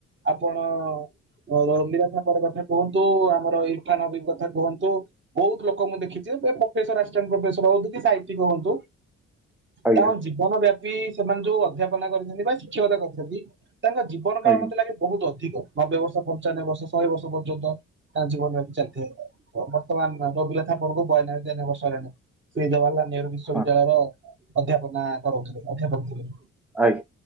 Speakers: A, on the right (about 40°); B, in the centre.
A: ଆପଣ, ର ରଲି ଠାକର କଥା କୁହନ୍ତୁ ଆମର ଇରଫାନ ଅବି କଥା କୁହନ୍ ବହୁତୁ ବହୁତ୍ ଲୋକ ମୁଁ ଦେଖିଛି ପ୍ରଫେସର ଆସିଛନ୍ତି ପ୍ରଫେସର ହବାକୁ ବି ସାଇଣ୍ଟି କି ହୁଅନ୍ତୁ,
B: ଆଜ୍ଞା
A: ତା
B: ଆଜ୍ଞା
A: ଜୀବନ ବ୍ୟାପୀ ସେମାନେ ଯୋଉ ଅଧ୍ୟାପନା କରିଥାଛନ୍ତି ବା ଶିକ୍ଷକତା କରିଛନ୍ତି, ତାଙ୍କ ଜୀବନକାଳ
B: ଆଜ୍ଞା ଆଜ୍ଞା
A: ମତେ ଲାଗେ, ବହୁତୁ ଅଧିକ ନବେ ବର୍ଷ ପଞ୍ଚାନବେ ବର୍ଷ ଶହେ ବର୍ଷ ପର୍ଯ୍ୟନ୍ତ ତାଙ୍କ ଜୀବନ ବ୍ୟାପି ଚାଲିଥାଏ, ବ ବର୍ତମାନ ନବେକର ପର୍ବ କୁ ବାୟା ନବେ ତେୟା ନବେ ବର୍ଷ ହେଲାଣି ଶ୍ରୀ ଜବାହରଲାଲ ନେହେରୁ ବିଶ୍ୱବିଦ୍ୟାଳୟର,
B: ହଁ
A: ଅଧ୍ୟାପନା କରାଉଥିଲେ ଅଧ୍ୟାପକଥିଲେ,
B: ଆଗ୍